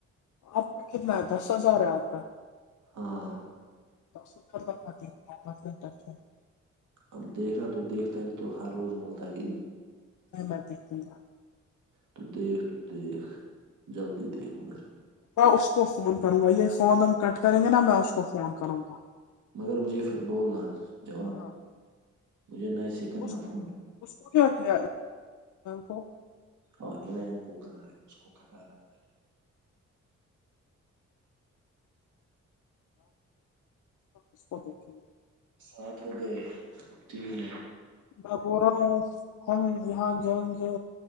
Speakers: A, on the left; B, on the right.
A: آپ کا کتنا ہے دس ہزار ہے آپ کا
B: ہوں
A: ٹر
B: اب دیکھنا تو دیکھتا ہی نہیں تو ہر روز بولتا ہے یہی
A: متیتیین
B: تو دیھ تو دیھ جلدی دھ مگر
A: میں اس کو فون کروں گا یہی فون ہم کٹ کریں گے نا میں اس کو فون کروں گا
B: مگر مجھے پھر بولنا جواب
A: ہاں
B: مجھے نسے کرنا
A: اس
B: فون
A: اس کو کیا کیا کو
B: اور ایمین کو کار ہے اس کو کھٹا رہا تھا
A: اس کو دیکیں گے
B: سات ہو گئے تین
A: ب پورا ہم یہاں جائیں گے